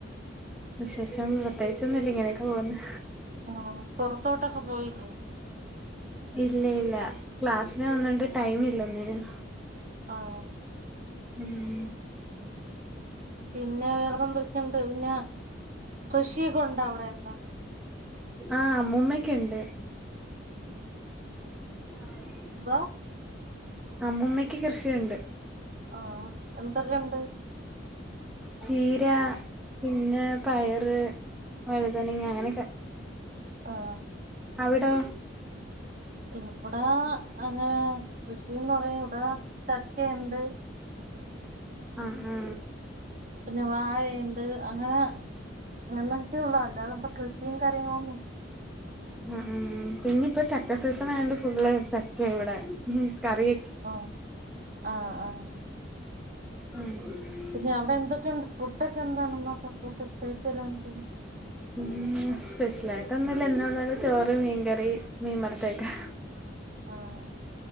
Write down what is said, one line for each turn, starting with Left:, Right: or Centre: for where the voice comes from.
Centre: വിശേഷം പ്രത്യേകിച്ച് ഒന്നുല്ല ഇങ്ങനെയൊക്കെ പോകുന്ന്
Right: ആഹ് പൊറത്തോട്ടൊക്കെ പോയില്ലേ
Centre: ഇല്ല ഇല്ല ക്ലാസിന് പോവുന്നോണ്ട് ടൈമില്ല ഒന്നിനും
Right: ആഹ്
Centre: ഉം
Right: പിന്നെ വേറെ എന്തൊക്കെയുണ്ട് പിന്നെ കൃഷിയൊക്കെ ഉണ്ടാ അവിടെയൊക്കെ
Centre: ആഹ് അമ്മൂമ്മക്ക് ഇണ്ട് ആ
Right: ബ
Centre: അമ്മൂമ്മയ്ക്ക് കൃഷിയുണ്ട്
Right: ആഹ് എന്തക്കെണ്ട്
Centre: ചീര പിന്നെ പയറ് വഴുതനങ്ങ അങ്ങനെക്കെ
Right: ആഹ്
Centre: അവിടോ
Right: ഇവിടാ അങ്ങനെ കൃഷിന്ന് പറയാൻ ഇവിടെ ചക്കയ്ണ്ട്
Centre: ആഹ് ഹ്
Right: പിന്നെ വാഴയ്ണ്ട് അങ്ങനെ അങ്ങനെക്കെയുള്ളൂ അല്ലാതെ ഇബടെ കൃഷി കാര്യങ്ങളൊന്നും ഇല്ല
Centre: ഉം പിന്നെ ഇപ്പോ ചക്ക സീസൺ ആയോണ്ട് ഫുള്ള് ചക്കേ ഇവടെ ഉം കറി
Right: ആഹ് ആഹ് ആഹ്
Centre: ഉം
Right: പിന്നെ അവടെ എന്തൊക്കെയുണ്ട് ഫുഡ് ഒക്കെ എന്താണ് മാത്രം ഫുഡ് സ്പെഷ്യൽ എന്തര്
Centre: ഉം സ്പെഷ്യലായിട്ട് ഒന്നുംല്ല എന്നുള്ള പോലെ ചോറ് മീൻകറി മീൻ വറത്തതെക്കെ
Right: ആഹ്